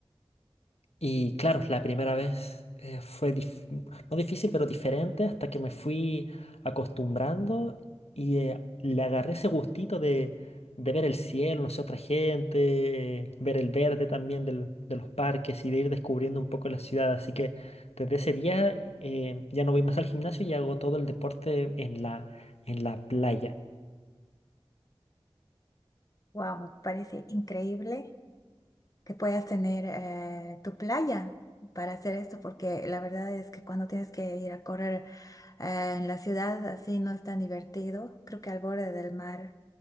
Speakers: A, on the left (about 85°); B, on the left (about 35°).
A: Y claro, la primera vez eh, fue dif- no difícil, pero diferente hasta que me fui acostumbrando y eh, le agarré ese gustito de, de ver el cielo, no sé, otra gente, eh, ver el verde también del- de los parques y de ir descubriendo un poco la ciudad. Así que desde ese día eh, ya no voy más al gimnasio y hago todo el deporte en la, en la playa.
B: Wow, me parece increíble. que puedas tener eh, tu playa para hacer esto, porque la verdad es que cuando tienes que ir a correr eh, en la ciudad así no es tan divertido. Creo que al borde del mar